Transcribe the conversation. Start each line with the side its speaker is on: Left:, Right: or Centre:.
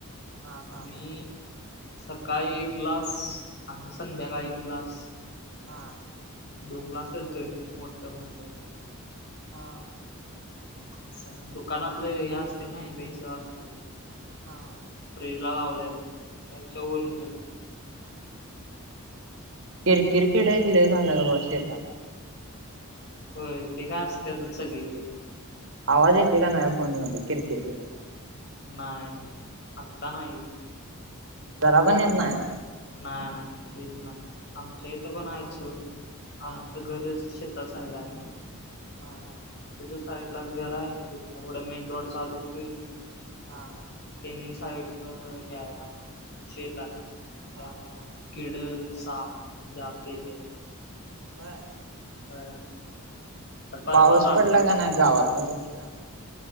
Right: हा हा
Left: मी. सकाळी एक ग्लास आणि संध्याकाळी एक ग्लास.
Right: हा,
Left: दोन ग्लास येतोय. मोठं मोठं
Right: हा,
Left: असाय, दुकानातलं हे असते. नाय भेसळ असते.
Right: हा,
Left: फ्रीजला लावले त्यापेक्षा ओरिजनल
Right: किरकिर किडे एक लय झालं बघ शेतात.
Left: होय, ते काय असतातच सगळीकडे.
Right: आवाज येतोय का नाही. फोन मध्ये किरकिट किड्या
Left: नाय, आत्ता नाही.
Right: जरा पण येत नाय,
Left: नाय नाय, येत नाय आमच्या इथं पण आहेत. सोड
Right: हा
Left: आमचं घरच शेत तसा आहे जायला
Right: हा
Left: साईडलाच घर आहे. तिथ न पुढ मेन रोड चालू होतोय.
Right: हा,
Left: तिनी साईडन हे ह्या शेत हाय.
Right: हा
Left: त्यामुळं किड साप जास्त येत.
Right: होय,
Left: होय, आता परवा
Right: पाऊस
Left: चाल
Right: पडला का नाही? गावात मग तुमच्या